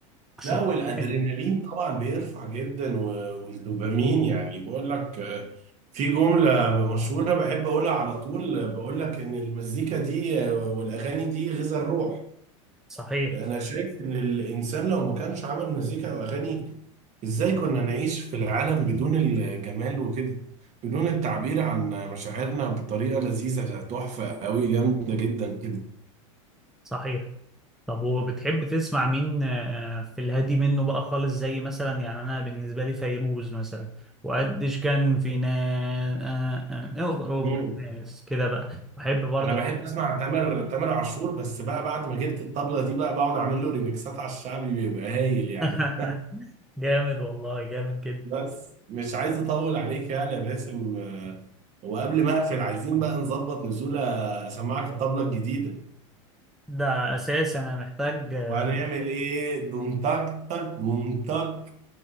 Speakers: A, in the centre; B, on the right.
A: شغل
B: لا والادرينالين
A: تاني.
B: طبعا بيرفع جدا و- والدوبامين يعني بقول لك آه، في جملة مشهورة بحب اقولها على طول آه، بقول لك ان المزيكا دي آه، والاغاني دي غذاء الروح
A: صحيح
B: انا شايف ان الانسان لو ما كانش عمل مزيكا او اغاني ازاي كنا نعيش في العالم بدون الجمال وكده بدون التعبير عن مشاعرنا بطريقة لذيذة تحفة قوي جامدة جدا كده
A: صحيح طب وبتحب تسمع مين آه، في الهادي منه بقى خالص زي مثلا يعني انا بالنسبه لي فيروز مثلا وقديش كان في ناس آه، آه، آه،
B: مم.
A: ناس كده بقى بحب برضه
B: انا بحب اسمع تامر تامر عاشور بس بقى بعد ما جبت الطبلة دي بقى بقعد اعمل له ريميكسات على الشعبي بيبقى هايل يعني
A: <laughs> جامد والله جامد جدا
B: بس مش عايز اطول عليك يعني يا باسم آه، وقبل ما اقفل عايزين بقى نظبط نزولة اسمعك الطبلة الجديدة
A: ده اساس انا محتاج آه،
B: وهنعمل ايه دوم تك تك بوم تك